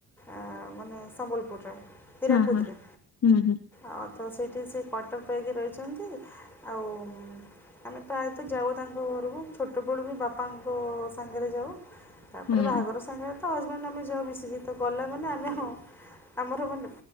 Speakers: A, in the centre; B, on the left.
A: ଆ ମାନେ ସମ୍ବଲପୁରରେ। ହୀରାକୁଦରେ
B: ହଁ ହଁ ହୁଁ ହୁଁ।
A: ଆଉ ତ ସେଇଠି ସେ ପ ପାଇକି ରହିଛନ୍ତି ଆଉ ଆମେ ପ୍ରାୟତଃ ଯାଉ ତାଙ୍କ ଘରକୁ ଛୋଟବେଳୁ ବି ବାପାଙ୍କ ସାଙ୍ଗରେ ଯାଉ ତାପରେ
B: ହୁଁ
A: ବାହାଘର ସାଙ୍ଗରେ ତ ହଜବେଣ୍ଡ ଆମେ ଯ ମିଶିକି ତ ଗଲା ମାନେ ଆମେ ହଁ। ଆମର ମାନେ